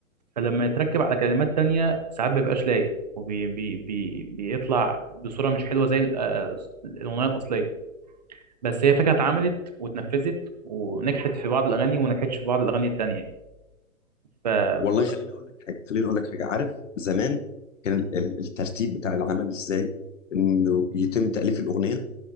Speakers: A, on the right; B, on the left.
A: فلما يتركب على كلمات تانية ساعات مبيبقاش لايق وبي... بي... بي... بيطلع بصورة مش حلوة زي ال- آه، الاغنية الاصلية بس هي فكرة اتعملت واتنفذت ونجحت في بعض الأغاني وما نجحتش في بعض الأغاني التانية يعني. ف...
B: والله
A: ف...
B: خليني اقول لك حاجه خليني اقول لك حاجه عارف زمان كان ال- ال- الترتيب بتاع العمل ازاي انه يتم تاليف الاغنيه